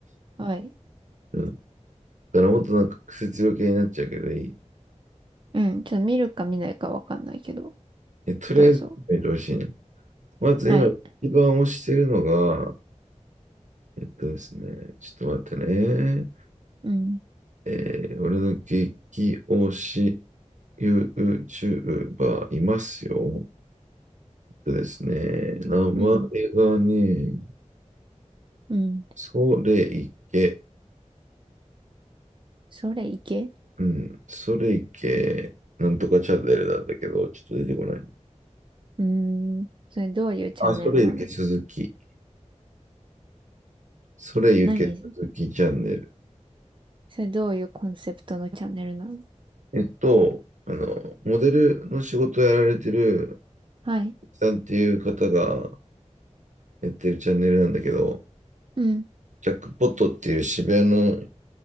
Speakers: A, on the right; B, on the right.
A: はい。
B: うん。だからもっとなんか癖強系になっちゃうけどいい。
A: うん。ちょっと見るか見ないかわかんないけど、
B: え、とりあえず見てほしいな。
A: どうぞ。
B: まず今一番推してるのが、
A: はい。
B: えっとですね、ちょっと待ってね。
A: うん。
B: えー俺の激推し YouTuber いますよ。でですね、名前がね、
A: うん。うん。
B: それいけ、
A: それいけ
B: うん、それいけ、なんとかチャンネルなんだけど、ちょっと出てこない。
A: うーん。それどういうチャンネルなの
B: あ、それゆけ鈴木。それゆけ鈴木チャンネル。
A: 何それどういうコンセプトのチャンネルなの
B: えっと、あの、モデルの仕事をやられてる、
A: はい。
B: さんっていう方がやってるチャンネルなんだけど、
A: うん。
B: ジャックポットっていう渋谷の、